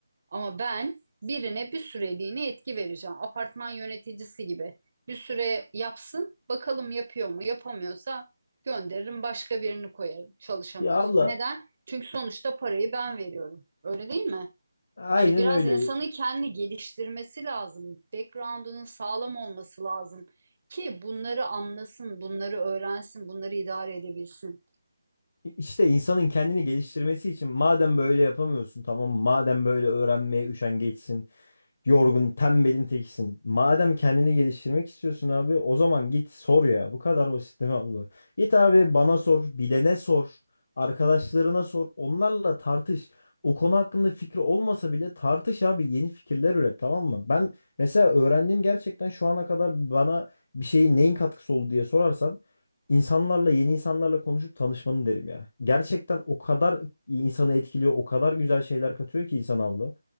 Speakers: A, on the right (about 35°); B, on the left (about 40°).
A: Ama ben birine bir süreliğine etki vereceğim. Apartman yöneticisi gibi. Bir süre yapsın, bakalım yapıyor mu? Yapamıyorsa gönderirim, başka birini koyarım çalışamıyorsa.
B: Ya abla
A: Neden? Çünkü sonuçta parayı ben veriyorum. Öyle değil mi?
B: aynen
A: Hani biraz
B: öyle.
A: insanın kendi geliştirmesi lazım. Background'unun sağlam olması lazım ki bunları anlasın, bunları öğrensin, bunları idare edebilsin.
B: İşte insanın kendini geliştirmesi için madem böyle yapamıyorsun tamam mı? madem böyle öğrenmeye üşengeçsin yorgun, tembelin tekisin. Madem kendini geliştirmek istiyorsun abi, o zaman git sor ya. Bu kadar basit değil mi abla? Git abi bana sor, bilene sor, arkadaşlarına sor, onlarla tartış. O konu hakkında fikri olmasa bile tartış abi, yeni fikirler üret tamam mı? Ben mesela öğrendiğim gerçekten şu ana kadar bana bir şeyin neyin katkısı oldu diye sorarsan insanlarla yeni insanlarla konuşup tanışmanın derim ya. Gerçekten o kadar insanı etkiliyor, o kadar güzel şeyler katıyor ki insan abla.